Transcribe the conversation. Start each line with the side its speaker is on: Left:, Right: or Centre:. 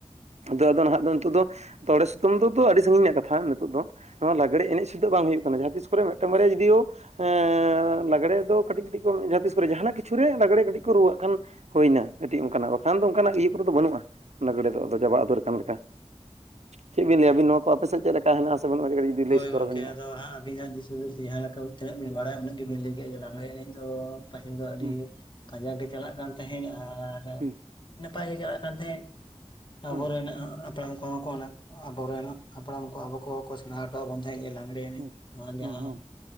Right: ᱟᱫᱚ ᱟᱫᱚ ᱱᱟᱦᱟᱜ ᱫᱚ ᱱᱤᱛᱚᱜ ᱫᱚ ᱛᱚᱲᱮ ᱥᱩᱛᱟᱹᱢ ᱫᱚ ᱛᱚ ᱟᱹᱰᱤ ᱥᱟᱺᱜᱤᱧ ᱨᱮᱭᱟᱜ ᱠᱟᱛᱷᱟ ᱱᱤᱛᱳ ᱫᱚ ᱱᱚᱣᱟ ᱞᱟᱜᱽᱲᱮ ᱮᱱᱮᱡ ᱥᱩᱫᱷᱟ ᱵᱟᱝ ᱦᱩᱭᱩᱜ ᱠᱟᱱᱟ ᱡᱟᱦᱟᱸ ᱛᱤᱥ ᱠᱚ ᱨᱮ ᱢᱤᱫᱟᱝ ᱵᱟᱨᱭᱟ ᱡᱩᱫᱤᱭᱳ ᱦᱮᱸ ᱞᱟᱜᱽᱲᱮ ᱫᱚ ᱠᱟᱹᱴᱤᱡ ᱠᱟᱹᱴᱤᱡ ᱠᱚ ᱡᱟᱦᱟᱸ ᱛᱤᱥ ᱠᱚ ᱨᱮ ᱡᱟᱦᱟᱱᱟᱜ ᱠᱤᱪᱷᱩ ᱨᱮ ᱞᱟᱜᱽᱲᱮ ᱠᱟᱹᱴᱤᱡ ᱠᱚ ᱨᱩᱣᱟᱹᱜ ᱠᱷᱟᱱ ᱦᱩᱭ ᱱᱟ ᱠᱟᱹᱴᱤᱡ ᱚᱱᱠᱟᱱᱟᱜ, ᱵᱟᱠᱷᱟᱱ ᱫᱚ ᱚᱱᱠᱟᱱᱟᱜ ᱤᱭᱟᱹ ᱠᱚ ᱨᱮ ᱫᱚ ᱵᱟᱹᱱᱩᱜᱼᱟ ᱚᱱᱟ ᱨᱮ ᱜᱮ ᱫᱚ ᱟᱫᱚ ᱪᱟᱵᱟ ᱩᱛᱟᱨ ᱟᱠᱟᱱ ᱞᱮᱠᱟ ᱪᱮᱫ ᱵᱤᱱ ᱞᱟᱹᱭᱟ ᱵᱤᱱ ᱱᱚᱣᱟ ᱠᱚ ᱟᱯᱮ ᱥᱮ ᱪᱮᱫ ᱞᱮᱠᱟ ᱦᱮᱱᱟᱜᱼᱟ? ᱥᱮ ᱵᱟᱹᱱᱩᱜᱼᱟ ᱠᱟᱹᱴᱤᱡ ᱡᱩᱫᱤ
Left: ᱦᱳᱭ
Right: ᱞᱟᱹᱭ ᱥᱚᱫᱚᱨ
Left: ᱜᱚᱝᱠᱮ
Right: ᱟᱵᱤᱱ ᱢᱟ
Left: ᱟᱫᱚ ᱦᱟᱸᱜ ᱟᱵᱤᱱᱟᱜ ᱫᱤᱥ ᱦᱩᱫᱤᱥ ᱡᱟᱦᱟᱸ ᱞᱮᱠᱟ ᱛᱤᱱᱟᱹᱜ ᱵᱤᱱ ᱵᱟᱲᱟᱭᱟ ᱩᱱᱟᱹᱜ ᱜᱮ ᱵᱤᱱ ᱞᱟᱹᱭ ᱠᱮᱜᱼᱟ, ᱞᱟᱜᱽᱲᱮ ᱮᱱᱮᱡ ᱫᱚ ᱯᱟᱹᱦᱤᱞ ᱫᱚ ᱟᱹᱰᱤ
Right: ᱦᱩᱸ
Left: ᱠᱟᱡᱟᱠ ᱜᱮ ᱪᱟᱞᱟᱜ ᱠᱟᱱ ᱛᱟᱦᱮᱸᱫ, ᱟᱨ
Right: ᱦᱩᱸ
Left: ᱱᱟᱯᱟᱭ ᱜᱮ ᱪᱟᱞᱟᱜ ᱠᱟᱱ ᱛᱟᱦᱮᱸᱫ᱾ ᱟᱵᱚ
Right: ᱦᱩᱸ
Left: ᱨᱮᱱ ᱦᱟᱯᱲᱟᱢ ᱠᱚ ᱦᱚᱸ ᱠᱚ ᱚᱱᱟ ᱟᱵᱚ ᱨᱮᱱ ᱦᱟᱯᱲᱟᱢ ᱠᱚ ᱟᱵᱚ ᱠᱚ ᱥᱮᱬᱟ ᱦᱚᱴᱚᱣᱟ ᱵᱚᱱ ᱛᱟᱦᱮᱸᱫ ᱜᱮ ᱞᱟᱜᱽᱲᱮ ᱮᱱᱮᱡ
Right: ᱦᱩᱸ ᱦᱩᱸ
Left: ᱱᱚᱣᱟ ᱡᱟᱦᱟᱸᱼᱼ
Right: ᱦᱩᱸ ᱦᱩᱸ